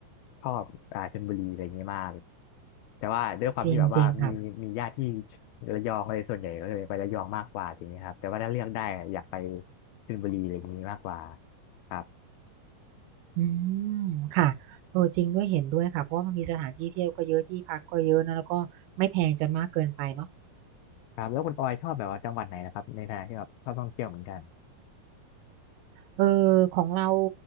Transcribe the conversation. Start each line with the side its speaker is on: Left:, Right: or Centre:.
Left: ชอบอ่าชลบุรีอะไรอย่างเงี้ยมากแต่ว่าด้วยความที่แบบว่ามีมีญาติที่
Right: จริงจริงค่ะ
Left: ระยองเลยส่วนใหญ่ก็เลยไประยองมากกว่าอย่างเงี้ยครับแต่ว่าถ้าเลือกได้อยากไป ชลบุรีอะไรพวกนี้มากกว่าครับ
Right: อืมค่ะเออจริงด้วยเห็นด้วยค่ะเพราะว่ามันมีสถานที่เที่ยวก็เยอะที่พักก็เยอะนะแล้วก็ไม่แพงจนมากเกินไปเนาะ
Left: ครับแล้วคุณออยชอบแบบว่าจังหวัดไหนนะครับในฐานะที่แบบชอบท่องเที่ยวเหมือนกัน
Right: เออของเรา